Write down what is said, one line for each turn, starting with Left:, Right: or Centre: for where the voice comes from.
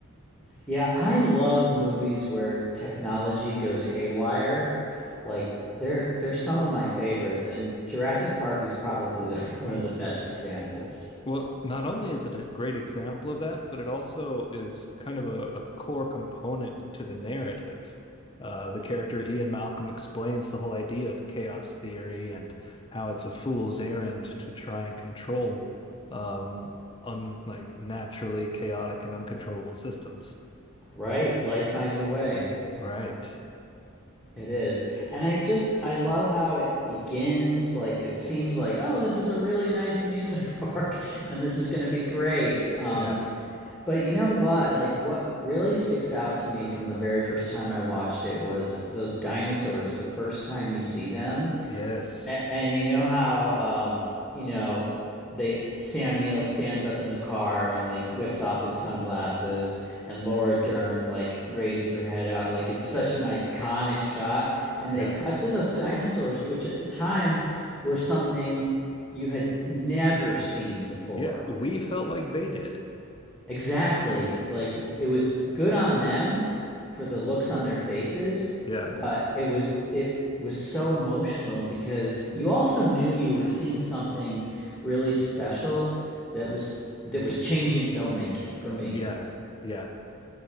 Centre: Yeah, I love movies where technology goes haywire. Like they're they're some of my favorites, and Jurassic Park is probably <laughs> like one of the best examples.
Left: Well, not only is it a great example of that, but it also is kind of a, a core component to the narrative. Uh, the character Ian Malcolm explains the whole idea of chaos theory and how it's a fool's errand to try and control um, un like naturally chaotic and uncontrollable systems.
Centre: Right. Life finds a way.
Left: Right.
Centre: It is. And I just, I love how it begins. Like it seems like, oh, this is a really nice amusement <laughs> park and this is going to be great. Um,
Left: Yeah.
Centre: but you know what? Like what really sticks out to me from the very first time I watched it was those dinosaurs, the first time you see them.
Left: Yes.
Centre: A- And you know how um, you know, they Sam Neill stands up in the car and like whips off his sunglasses and Laura Dern like raises her head out. Like it's
Left: Yes.
Centre: such an iconic shot. And
Left: Yeah.
Centre: they cut to those dinosaurs, which at the time were something you had never seen before.
Left: Yeah. We felt like they did.
Centre: Exactly. Like it was good on them for the looks on their faces,
Left: Yeah.
Centre: but it was it was so emotional because you also knew you were seeing something really special that was that was changing filmmaking for me.
Left: Yeah. Yeah.